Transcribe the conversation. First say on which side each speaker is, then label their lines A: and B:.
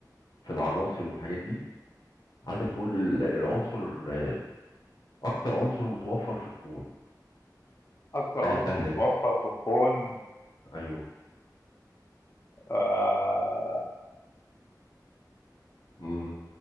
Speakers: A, on the left; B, on the left.
A: في العناصر والحاجات دي عايزك تقول لي ال- العنصر ال- أكتر عنصر متوفر في الكون
B: أكتر
A: حاجة
B: عنصر
A: سهلة
B: متوفر
A: دي
B: في الكون
A: أيوه
B: آه
A: امم